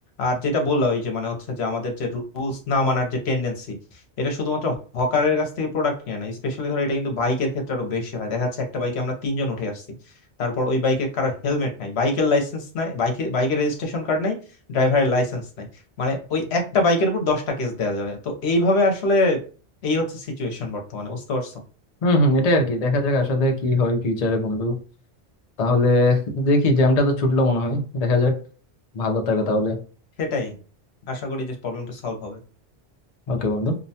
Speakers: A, on the left; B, on the left.
A: আর যেটা বললাম ওই যে মানে হচ্ছে যে আমাদের যে রুলস না মানার যে টেন্ডেন্সি এটা শুধুমাত্র হকারের কাছ থেকে প্রোডাক্ট নিয়ে না স্পেশালি ধরো এটা কিন্তু বাইকের ক্ষেত্রে আরো বেশি হয় দেখা যাচ্ছে একটা বাইকে আমরা তিনজন উঠে আসছি তারপর ওই বাইকে কারো হেলমেট নাই বাইকের লাইসেন্স নাই বাইকে বাইকের রেজিস্ট্রেশন কার্ড নাই ড্রাইভারের লাইসেন্স নাই মানে ওই একটা বাইকের উপর দশটা কেস দেওয়া যাবে তো এইভাবে আসলে এই হচ্ছে সিচুয়েশন বর্তমানে বুঝতে পারছো
B: হম হম এটাই আর কি দেখা যাক আসলে কি হয় ফিউচারে বন্ধু তাহলে দেখি জ্যামটা তো ছুটলো মনে হয় দেখা যাক ভালো থাকো তাহলে
A: সেটাই আশা করি যে প্রবলেমটা সলভ হবে
B: ওকে বন্ধু